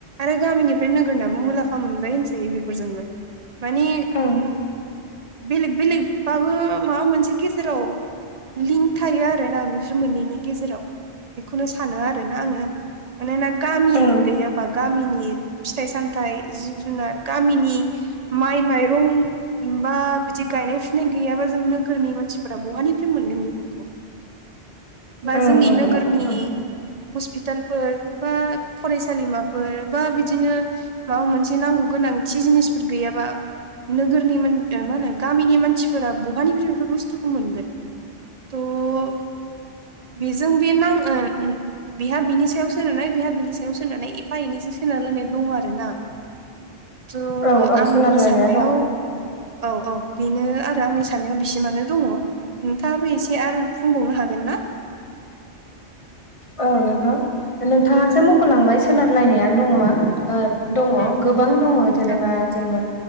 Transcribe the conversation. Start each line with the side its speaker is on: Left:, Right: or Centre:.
Right: आरो गामिनिफ्राय नोगोरनाबो मुलामफा मोनबाय होनजायो बेफोर जोंनो। मानि
Left: ओं
Right: बेलेग बेलेग बाबो माबा मोनसे गेजेराव लिंक थायो आरो ओमखायनो आं बेसोर मोननैनि गेजेराव बेखौनो सानो आरोना आङो। मानोना गामि
Left: औ
Right: दैयाबा गामिनि फिथाइ सामथाइ जिब जुनार गामिनि माइ माइरं होनबा बिदि गायनाय फुनाय गैयाबा जों नोगोरनि मानसिफोरा बहानिफ्राय मोनगोन बेफोरखौ। बा
Left: ओं
Right: जोंनि
Left: नंगौ
Right: नोगोरनि
Left: दा ओं
Right: हस्पिटालफोर बा फरायसालिमाफोर बा बिदिनो माबा मोनसे नांगौ गोनांथि जिनिसफोर गैयाबा नोगोरनि मा होनो गामिनि मानसिफोरा बहानिफ्राय बेफोर बुस्थुखौ मोनगोन। थ' बेजों बे नांग ओ ओम बेहा बिनि सायाव सोनानै बेहा बिनि सायाव सोनानै एफा एनैजों सोनार लायनाय दं आरो ना।
Left: <inaudible>
Right: थ'
Left: औ औ
Right: आंनि
Left: सोनारलायनाया
Right: साननायाव
Left: दं
Right: औ औ बेनो आरो आंनि साननायाव बिसिमानो दङ नोंथाङाबो एसे आरो बुंबावनो हा हागोन ना?
Left: औ नोंथां नोंथाङासो मख'लांबाय सोनारलायनाया दङ मा ओ दङ
Right: उम
Left: गोबां दङ जेनेबा
Right: औ
Left: जोङो